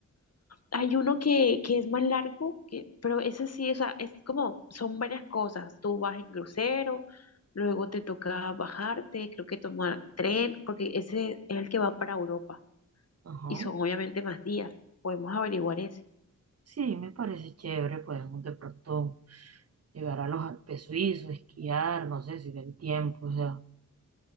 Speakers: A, on the left; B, on the right.
A: hay uno que, que es más largo, que, pero ese sí, o sea, es como, son varias cosas. Tú vas en crucero, luego te toca bajarte, creo que tomar tren, porque ese es el que va para Europa.
B: ajá,
A: Y son obviamente más días. Podemos averiguar ese.
B: sí, me parece chévere, podemos de pronto llegar a los Alpes suizos, esquiar, no sé si del tiempo, o sea.